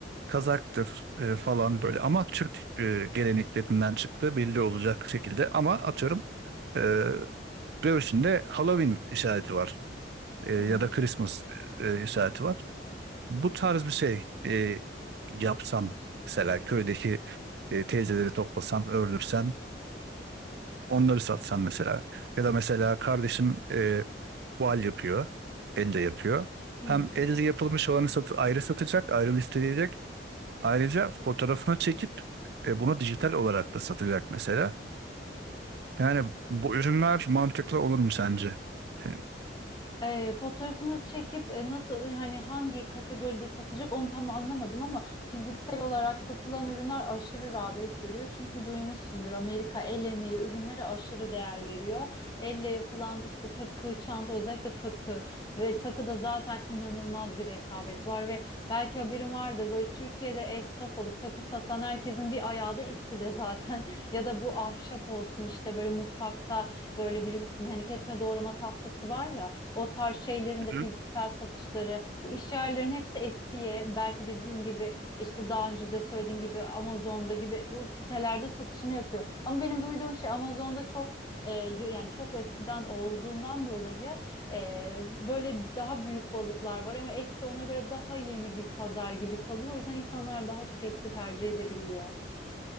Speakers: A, on the right; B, on the left.
A: kazaktır e, falan böyle ama Türk e, geleneklerinden çıktı belli olacak şekilde ama atıyorum e, göğsünde Halloween işareti var E, ya
B: Hı hı.
A: da Christmas e, işareti var. Bu tarz bir şey e, yapsam mesela köydeki e, teyzeleri toplasam ördürsem Onları satsan mesela. Ya da mesela kardeşim e, voal yapıyor. Elle yapıyor.
B: Hı
A: Hem
B: hı.
A: elle yapılmış olanı sat ayrı satacak, ayrı listeleyecek. Ayrıca fotoğrafını çekip e, bunu dijital olarak da satacak mesela. Yani bu ürünler mantıklı olur mu sence? E,
B: E, fotoğrafını çekip e, nasıl e, hani hangi kategoride satacak onu tam anlamadım ama fiziksel olarak satılan ürünler aşırı rağbet görüyor. Çünkü duymuşsundur Amerika el emeği ürünlere aşırı değer veriyor. Elle yapılan işte takı, çanta özellikle takı ve takıda zaten inanılmaz bir rekabet var ve belki haberin vardır böyle Türkiye'de esnaf olup takı satan herkesin bir ayağı da Etsy'de zaten <laughs> ya da bu ahşap olsun işte böyle mutfakta böyle bilirsin hani kesme doğrama tahtası var ya o tarz şeylerin
A: Hı
B: de
A: hı.
B: fiziksel satışları, bu iş yerlerin hepsi Etsy'ye, belki dediğin gibi işte daha önce de söylediğin gibi Amazon'da gibi bu sitelerde satışını yapıyor. Ama benim duyduğum şey Amazon'da çok e, yani çok eskiden olduğundan dolayı e, böyle daha büyük balıklar var ama Etsy ona göre daha yeni bir pazar gibi kalıyor. O yüzden insanlar daha çok Etsy tercih edebiliyor.